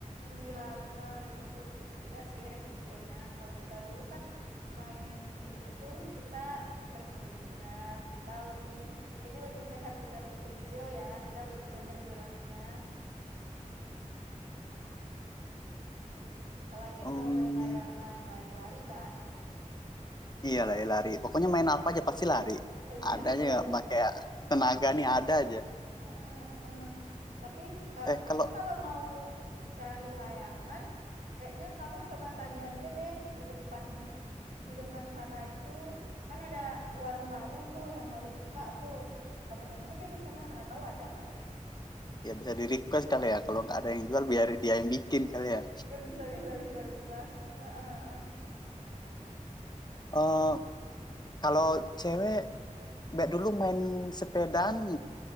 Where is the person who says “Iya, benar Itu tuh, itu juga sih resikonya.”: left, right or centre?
Right